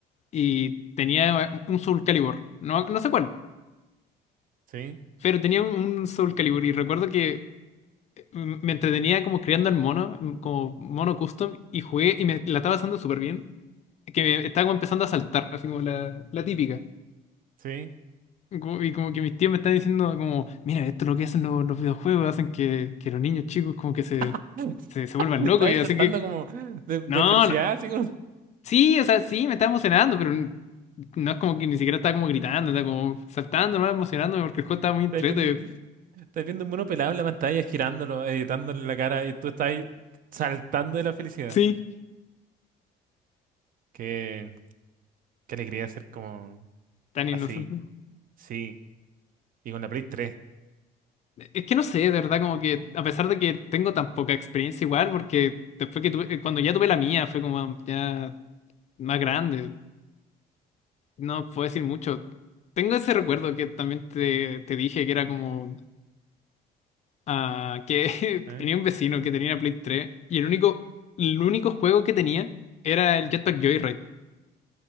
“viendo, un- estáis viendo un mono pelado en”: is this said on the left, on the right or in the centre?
Right